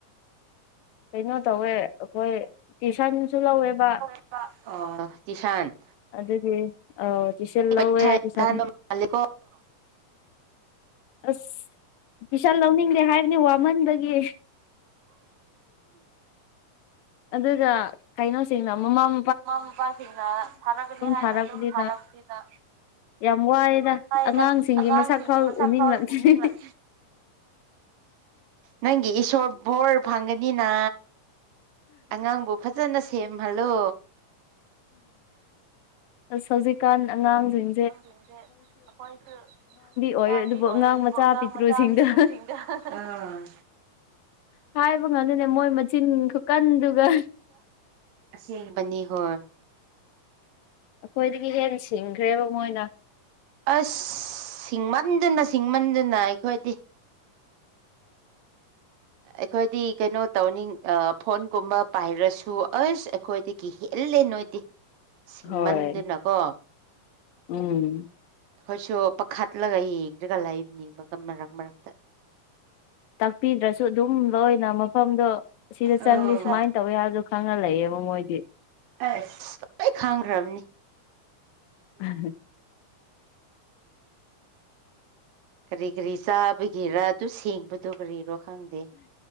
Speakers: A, on the left; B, on the right.
A: ꯀꯩꯅꯣ ꯇꯧꯋꯦ ꯑꯩꯈꯣꯏ ꯇ꯭ꯨꯏꯁꯟꯁꯨ ꯂꯧꯋꯦꯕ
B: ꯑꯣ ꯇꯁꯥꯟ
A: ꯑꯗꯨꯗꯤ ꯑ ꯇꯏꯁꯟ ꯂꯧꯋꯦ
B: ꯄꯩꯁꯥ ꯌꯥꯝ
A: ꯇꯁ
B: ꯇꯥꯟꯕ ꯃꯥꯜꯂꯦꯀꯣ
A: ꯑꯁ ꯄꯤꯁꯥ ꯂꯧꯅꯤꯡꯗꯦ ꯍꯥꯏꯕꯅꯤ ꯋꯥꯃꯟꯗꯒꯤ ꯑꯗꯨꯒ ꯀꯩꯅꯣꯁꯤꯡꯅ ꯑꯃꯃꯝ
B: ꯃꯃꯥ ꯃꯄꯥꯁꯤꯡꯅ ꯊꯥꯔꯛꯀꯅꯤ ꯍꯥꯏꯅ
A: ꯊꯥꯔꯛꯄꯅꯤꯅ
B: ꯑꯗꯨꯝ ꯊꯥꯔꯛꯁꯤꯅ
A: ꯌꯥꯝ ꯋꯥꯏꯗ
B: ꯍꯥꯏꯗ
A: ꯑꯉꯥꯡꯁꯤꯡꯒꯤ
B: ꯑꯉꯥꯡꯁꯤꯡꯒꯤ
A: ꯐꯥꯎ
B: ꯃꯁꯛ
A: ꯎꯅꯤꯡꯂꯛꯇ꯭ꯔꯦ
B: ꯊꯥꯎ ꯎꯞꯅꯤꯡꯂꯛ ꯅꯪꯒꯤ ꯏꯁꯣꯔ ꯕꯣꯔ ꯐꯪꯒꯅꯤꯅ ꯑꯉꯥꯡꯕꯨ ꯐꯖꯅ ꯁꯦꯝꯍꯜꯂꯣ
A: ꯑꯁ ꯍꯧꯖꯤꯛꯀꯥꯟ ꯑꯉꯥꯡꯁꯤꯡ
B: ꯑꯉꯥꯡꯁꯤꯡꯁꯦ ꯑꯩꯈꯣꯏꯁꯨ
A: ꯑꯣꯏ
B: ꯑꯉꯥꯡꯗꯤ ꯑꯣꯏ
A: ꯑꯉꯥꯡ
B: ꯑꯗꯨꯕꯨ
A: ꯃꯆꯥ
B: ꯑꯉꯥꯡ
A: ꯄꯤꯛꯇ꯭ꯔꯨꯁꯤꯡꯗ
B: ꯃꯆꯥ ꯄꯤꯄ꯭ꯔꯨꯁꯤꯡꯗ ꯎꯝ
A: ꯎꯝ ꯍꯥꯏꯕ ꯉꯝꯗꯅꯦ ꯃꯣꯏ ꯃꯆꯤꯟ ꯈꯨꯀꯟꯗꯨꯒ
B: ꯕꯅꯤ ꯍꯣꯏ
A: ꯑꯩꯈꯣꯏꯗꯒꯤ ꯍꯦ ꯁꯤꯡꯈ꯭ꯔꯦꯕ ꯃꯣꯏꯅ
B: ꯑꯁ ꯁꯤꯡꯃꯟꯗꯅ ꯁꯤꯡꯃꯟꯗꯅ ꯑꯩꯈꯣꯏꯗꯤ ꯑꯩꯈꯣꯏꯗꯤ ꯀꯩꯅꯣ ꯇꯧꯅꯤꯡ ꯐꯣꯟꯒꯨꯝꯕ ꯄꯥꯏꯔꯁꯨ ꯑꯁ ꯑꯩꯈꯣꯏꯗꯒꯤ ꯍꯦꯜꯂꯦ ꯅꯣꯏꯗꯤ
A: <inaudible>
B: ꯁꯤꯡꯃꯟꯗꯨꯅꯀꯣ
A: ꯍꯣꯏ ꯎꯝ
B: ꯑꯩꯈꯣꯏꯁꯨ ꯄꯥꯈꯠꯂꯒ ꯌꯦꯡꯗ꯭ꯔꯒ ꯂꯩꯕꯅꯦꯕꯒ ꯃꯔꯛ ꯃꯔꯛꯇ
A: ꯇꯥꯛꯄꯤꯗ꯭ꯔꯁꯨ ꯑꯗꯨꯝ ꯂꯣꯏꯅꯃꯛ ꯃꯐꯝꯗꯣ ꯁꯤꯗ ꯆꯪꯂꯤ
B: ꯑꯣ
A: ꯁꯨꯃꯥꯏꯅ ꯇꯧꯏꯤ ꯍꯥꯏꯕꯗꯣ ꯈꯪꯉ ꯂꯩꯌꯦꯕ ꯃꯣꯏꯗꯤ
B: ꯑꯁ ꯂꯣꯏ ꯈꯥꯡꯈ꯭ꯔꯕꯅꯤ
A: ꯎꯝ ꯍ
B: ꯀꯔꯤ ꯀꯔꯤ ꯆꯥꯕꯒꯤꯔꯥ ꯑꯗꯨ ꯁꯦꯡꯕꯗꯨꯣ ꯀꯔꯤꯔꯣ ꯈꯪꯒꯦ